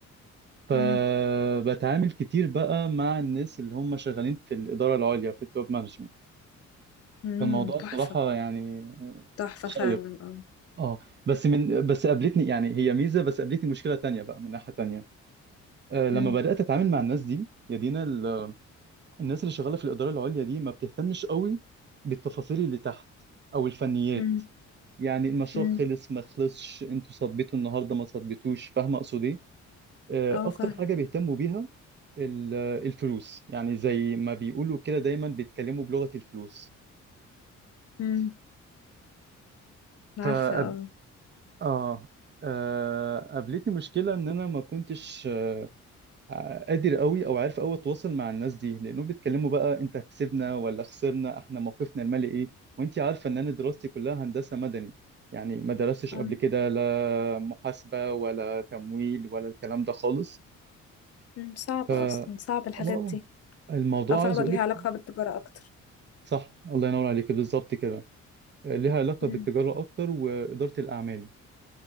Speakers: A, on the right; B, on the left.
A: فبتعامل
B: مم.
A: كتير بقى مع الناس اللي هم شغالين في الإدارة العليا في التوب مانجمنت
B: مم.
A: فالموضوع
B: تحفة
A: صراحة يعني
B: تحفة
A: شيق
B: فعلا اه
A: اه بس من بس قابلتني يعني هي ميزه بس قابلتني مشكله تانية بقى من ناحيه تانية آه، لما
B: مم.
A: بدات اتعامل مع الناس دي يا دينا ال- الناس اللي شغاله في الاداره العليا دي ما بتهتمش قوي بالتفاصيل اللي تحت او الفنيات
B: مم.
A: يعني المشروع
B: مم.
A: خلص ما خلصش انتوا صبيتوا النهارده ما صبيتوش فاهمه اقصد ايه آه،
B: اه
A: اكتر
B: فاهم
A: حاجه بيهتموا بيها ال- الفلوس يعني زي ما بيقولوا كده دايما بيتكلموا بلغه الفلوس
B: مم.
A: فأب...
B: عارفة اه
A: اه آه، قابلتني مشكله ان انا ما كنتش آه، ع- قادر قوي او عارف قوي اتواصل مع الناس دي لانهم بيتكلموا بقى انت كسبنا ولا خسرنا احنا موقفنا المالي ايه وانت عارفه ان انا دراستي كلها هندسه مدني يعني ما درستش
B: آه.
A: قبل كده لا محاسبه ولا تمويل ولا الكلام ده خالص
B: مم. صعبة
A: ف
B: أصلا صعب الحاجات
A: اه
B: دي
A: الموضوع
B: تعتبر
A: عايز اقول
B: ليها
A: لك
B: علاقة بالتجارة أكتر
A: صح الله ينور عليك بالظبط كده ليها علاقه
B: مم.
A: بالتجاره اكتر واداره الاعمال